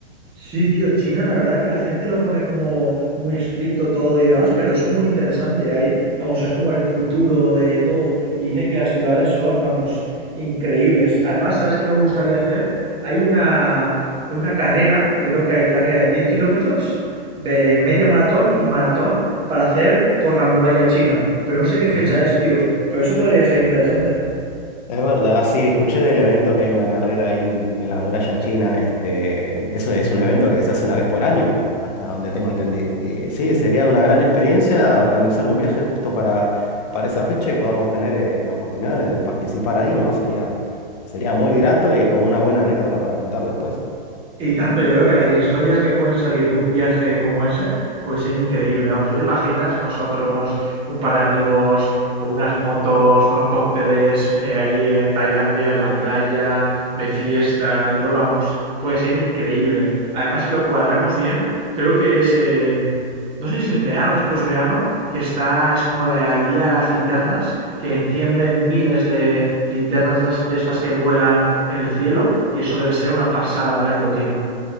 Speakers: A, on the right; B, on the left.
A: Sí, tío, China, la verdad que la gente lo pone como muy estricto todo y demás, pero es muy interesante ahí. Vamos, es como el futuro de todo. Y dicen que las ciudades son, vamos, increíbles. Además, ¿sabes qué me gustaría hacer? Hay una, hay una carrera, que creo que hay carrera de 10 kilómetros, de media maratón y maratón para hacer por la muralla china. Pero no sé qué fecha
B: <laughs>
A: es, tío. Pero eso podría ser interesante.
B: Es verdad, sí, escuché del evento que hay una carrera ahí en, en la muralla china. Este, eso es un evento que se hace una vez por año, hasta donde tengo entendido. Y sí, sería una gran experiencia organizar un viaje justo para, para esa fecha y podamos tener eh, la oportunidad de, de participar ahí, ¿no? Sería, sería muy grato y como una buena anécdota para contar después.
A: Y tanto, yo creo que las historias que pueden salir de un viaje como ese puede ser increíble. Vamos, ¿tú te imaginas nosotros, un par de amigos, con unas motos, unos cócteles eh, allí en Tailandia, en la playa, de fiesta y todo? Vamos, puede ser increíble. Además, si lo cuadramos bien, creo que es en, no sé si es en verano o después de verano, que está, es como la- el día de las linternas, que encienden miles de linternas de estas, de estas que vuelan en el cielo, y eso debe ser una pasada verlo, tío.